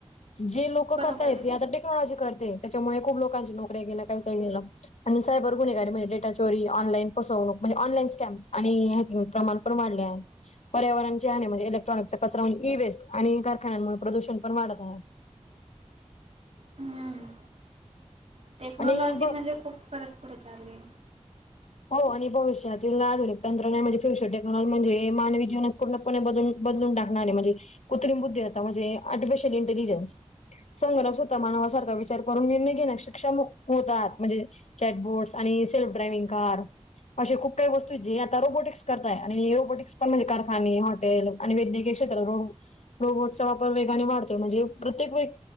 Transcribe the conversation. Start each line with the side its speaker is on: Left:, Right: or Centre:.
Left: जे लोक
Right: बरोबर.
Left: करताय. ते आता टेक्नॉलॉजी करते ए. त्याच्यामुळे खूप लोकांच्या नोकऱ्या गेल्या काही काही गेल. आणि सायबर गुन्हेगारी म्हणजे डेटा चोरी, ऑनलाईन फसवणूक म्हणजे ऑनलाईन स्कॅम्स आणि हॅकिंग प्रमाण पण वाढले आहे. पर्यावरण <unintelligible> म्हणजे इलेक्ट्रॉनिकच्या कचरा म्हणजे ई वेस्ट आणि कारखान्यांमुळे प्रदूषण पण वाढत आहे.
Right: हम्म टेक्नॉलॉजी
Left: आणि ब
Right: मध्ये खूप फरक पुढे चाले.
Left: हो आणि भविष्यातील आधुनिक तंत्रज्ञान म्हणजे फ्युचर टेक्नॉलॉजी म्हणजे मानवी जीवनात पूणपणे बदलून- बदलून टाकणारे म्हणजे कृत्रिम बुद्धी आताणे आर्टिफिशियल इंटेलिजन्स. संगणक स्वतः मानवासारखा विचार करून निर्णय नाही घेणार. <unintelligible> होतात म्हणजे चॅट बोर्टस आणि हे सेल्फ ड्रायविंग कार- अशे खूप काही वस्तू आहेत. जे आता रोबोटिक्स करताय आणि रोबोटिक्स पण म्हणजे कारखाने हॉटेल- आणि वैद्यकीय क्षेत्रात <unintelligible> रोबोटचा वापर वेगाने वाढतोय म्हणजे प्रत्येक व